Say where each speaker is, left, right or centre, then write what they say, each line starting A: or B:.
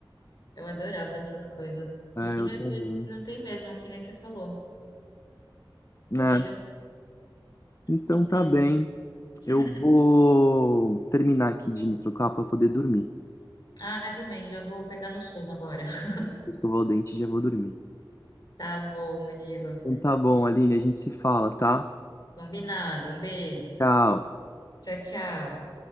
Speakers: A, on the left; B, on the left.
A: Eu adorava essas coisas. E,
B: é,
A: e
B: eu
A: meus
B: também.
A: dias não tem mesmo, que nem você falou. Poxa,
B: É, então
A: que pena.
B: tá bem.
A: <laughs>
B: Eu vou terminar aqui de me trocar pra poder dormir.
A: Ah, eu também, já vou pegar no sono agora. <laughs>
B: Vou Escovar o dente e já vou dormir.
A: Tá bom, Murilo.
B: Então tá bom, Aline, a gente se fala, tá?
A: Combinado. Um beijo.
B: Tchau.
A: Tchau, tchau.